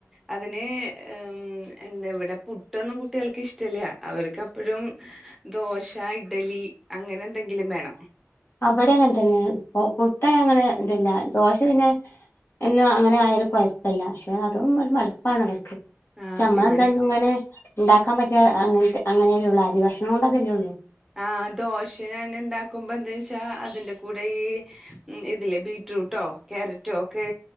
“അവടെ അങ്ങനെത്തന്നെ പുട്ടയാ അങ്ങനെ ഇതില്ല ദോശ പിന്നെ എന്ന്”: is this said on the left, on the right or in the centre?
Left